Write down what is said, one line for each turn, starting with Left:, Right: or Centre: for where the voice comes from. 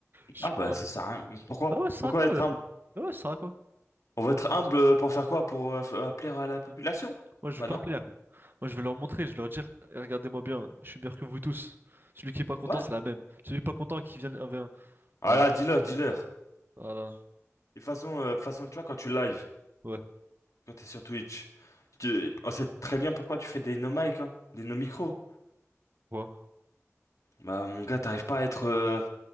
Right: Je suis
Left: Ah,
Right: pas
Left: bah,
Right: humble.
Left: ça sert à rien. Pourquoi?
Right: Bah ouais, ça sert
Left: Pourquoi
Right: à quoi
Left: être
Right: d'être
Left: humble?
Right: humble? Bah ouais, ça sert à quoi?
Left: On va être humble pour faire quoi? Pour euh, f- euh, plaire à la population?
Right: Moi, je
Left: Bah,
Right: veux pas
Left: non.
Right: plaire, moi. Moi, je vais leur montrer, je vais leur dire, Eh, regardez-moi bien, je suis meilleur que vous tous. Celui qui est pas content,
Left: Ouais.
Right: c'est la même. Celui qui est pas content, qui vient avec un.
Left: Ah
Right: Voilà.
Left: là, dis-leur, dis-leur.
Right: Voilà.
Left: Et De toute façon, euh, de toute façon, tu vois, quand tu live,
Right: Ouais.
Left: quand t'es sur Twitch, tu- on sait très bien pourquoi tu fais des no mic, hein, des no micro.
Right: Ouais.
Left: Bah, mon gars, t'arrives pas à être. euh,